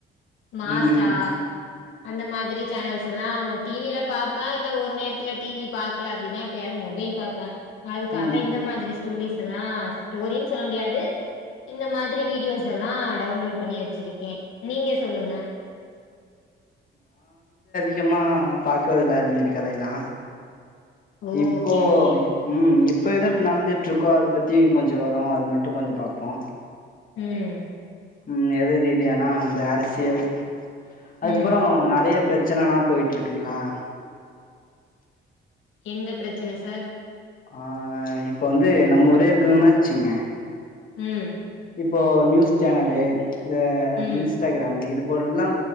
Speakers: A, on the left (about 80°); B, on the left (about 45°).
A: மாசா
B: ம் ம்
A: அந்த மாதிரி சேனல்ஸ் இதெல்லா டீவில பாப்பே இல்ல ஒரு நேரத்துல டிவி பாக்கல அப்படின்னா எப்பயாவது மொபைல் பாப்பே அதுக்காக
B: ம்
A: இந்த மாதிரி ஸ்டூடிஸ்லா ஸ்டோரினு சொல்ல முடியாது இந்த மாதிரி வீடியோஸ் எல்லா டவுன்லோட் பண்ணி வச்சிருக்கே நீங்க சொல்லுங்க
B: க்கியமா பாக்குறதில்ல அதுமேரி கதையெல்லா
A: ஓ
B: இப்போ
A: ஓகே ஓகே
B: உம் இ இப்போ எது இப்போ நடந்துட்டுருக்கோ அத பத்தி கொஞ்சு வரு அது மட்டு கொஞ்சு பாப்போ
A: ம்
B: உம் எது ரீதியானா அந்த அரசியல் அதுக்கப்பறோ
A: ம்
B: நெறைய பிரச் பிரச்சனை எலா போயிட்டு இருக்குங்களா
A: எந்த பிரச்சனை சார்
B: ஆ இப்ப வந்து நம்ம ஒரே இருக்கணன்னாச்சுங்க
A: உம்
B: இப்போ நியூஸ் சேனலு இந்த
A: ம்
B: இன்ஸ்டாகிராம் இது போடுல்லா